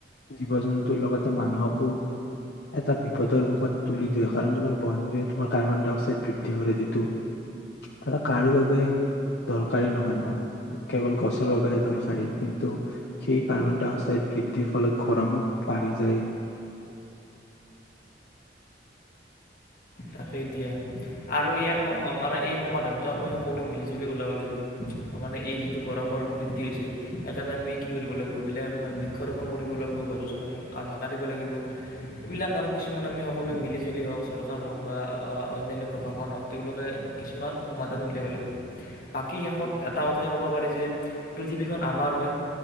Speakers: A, on the left (about 70°); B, on the left (about 55°).
A: জীৱ জন্তুৰ লগতে মানুহকো এটা বিপদৰ মুখত তুলি দিয়ে কাৰণ তোমাৰ বনজুয়ে তোমাৰ কাৰ্বন ডাই অক্সাইড বৃদ্ধি কৰে যিটো ধৰা কাৰো বাবে দৰকাৰী নহয় ন কেৱল গছৰ বাবেহে দৰকাৰী কিন্তু সেই কাৰ্বন ডাই অক্সাইড বৃদ্ধিৰ ফলত গৰমো বাঢ়ি যায়
B: তাকে দিয়া আৰু ইয়াৰ সম মানে এই সমাধানটো আমি সকলোৱে মিলিজুলি ওলাব লাগিব মানে এই যিটো গৰমৰ বৃদ্ধি হৈছে সেইকাৰণে আমি কি কৰিব লাগিব বিলাক বৃক্ষৰোপণ কৰিব লাগিব গছ গছনি নাকাটিব লাগিব এইবিলাক আৰু কিছুমান আমি সকলোৱে মিলিজুলি হওক চৰকাৰ হওক বা অন্যান্য প্ৰশাসন হওক তেওঁলোকে কিছুমান সমাধান উলিয়াব লাগিব বাকী শেষত এটা কথাই ক'ব পাৰি যে পৃথিৱীখন আমাৰ হয়